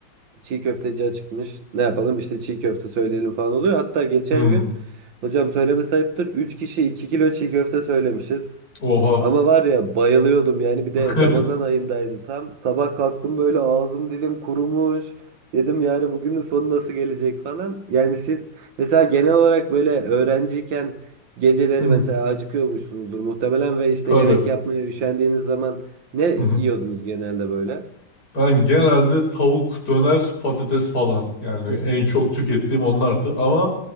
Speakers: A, on the right; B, on the left.
A: çiğ köfteci açıkmış ne yapalım işte çiğ köfte söyleyelim falan oluyor. Hatta geçen
B: Hmm.
A: gün hocam söyleme sayıptır 3 kişi 2 kilo çiğ köfte söylemişiz.
B: Oha.
A: Ama var ya bayılıyordum yani bir de
B: <laughs>
A: Ramazan ayındaydı tam. Sabah kalktım böyle ağzım dilim kurumuş. Dedim yani bugünün sonu nasıl gelecek falan. Yani siz mesela genel olarak böyle öğrenciyken geceleri
B: Hı,
A: mesela acıkıyormuşsunuzdur muhtemelen ve işte
B: tabii.
A: yemek yapmaya üşendiğiniz zaman ne yiyordunuz
B: Hı hı.
A: genelde böyle?
B: Ben genelde tavuk, döner, patates falan. Yani
A: <laughs>
B: en çok tükettiğim onlardı. Ama